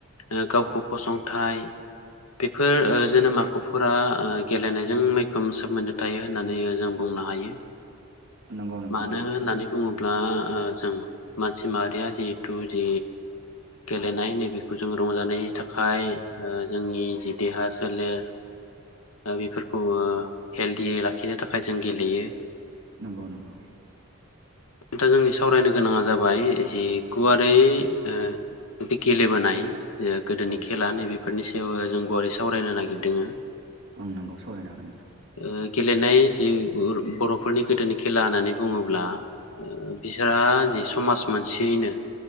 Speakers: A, on the left; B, on the right.
A: ओ गावखौ फसंथाय बेफोर ओ जोनोम आखुफोरा ओ गेलेनायजों मैखोम सोमोन्दो थायो होननानै जों बुं नो हायो।
B: नंगौ नोंथां
A: मानो
B: नंगौ
A: होननानै बुङो ब्ला ओ जों मानसि माहारिया जिहेथु जि गेलेनाय नैबेखौ जों रंजानायनि थाखाय ओ जोंनि जि देहा सोलेर ओ बेफोरखौ ओ हेल्दियै लाखिनो थाखाय जों गेलेयो।
B: नंगौ नंगौ
A: दा जोंनि सावरायनो गोनाङा जाबाय जि गुवारै ओ बि गेलेबोनाय गोदोनि
B: औ
A: खेला नैबे बे फोरनि सायावबो जों गुवारै सावरायनो नागिरदों।
B: आं नोंगौ सावरायनो हागोन नोंथां।
A: ओ गेलेनाय जि बर'फोरनि गोदोनि खेला होननानै बुङोब्ला ओ बिसोरहा जि समाज मोनसेयैनो